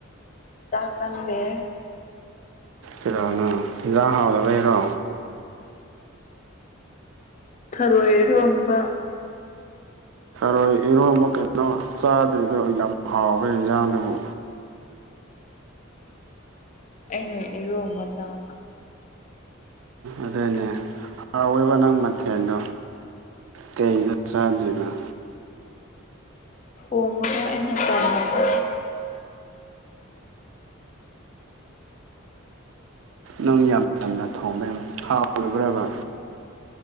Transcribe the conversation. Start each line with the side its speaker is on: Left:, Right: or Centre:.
Left: ꯆꯥꯛ ꯆꯪꯗꯦ
Right: ꯀꯩꯗꯧꯕꯅꯣ ꯏꯟꯁꯥꯡ ꯍꯥꯎꯔꯕꯩꯔꯣ
Left: ꯊꯥꯔꯣꯏ ꯢꯔꯣꯝꯕ
Right: ꯍꯣꯏ ꯏꯔꯣꯝꯕ ꯀꯩꯅꯣ ꯆꯥꯗ꯭ꯔꯤꯗꯣ ꯌꯥꯝ ꯍꯥꯎꯕ ꯏꯟꯖꯥꯡꯗꯨꯕꯨ
Left: ꯑꯩꯅ ꯏꯔꯣꯝꯕ ꯆꯥꯗꯕ
Right: ꯑꯗꯨꯅꯦ ꯍꯥꯎꯋꯦꯕ ꯅꯪ ꯃꯊꯦꯜꯗꯣ ꯀꯩꯒꯤꯅꯣ ꯆꯥꯗ꯭ꯔꯤꯅ
Left: ꯊꯣꯡꯕꯗꯣ ꯑꯩꯅ ꯇꯥꯜꯂꯕ
Right: ꯅꯪ ꯌꯥꯝ ꯉꯟꯅ ꯊꯣꯡꯕ ꯍꯥꯎꯗꯕ꯭ꯔꯕ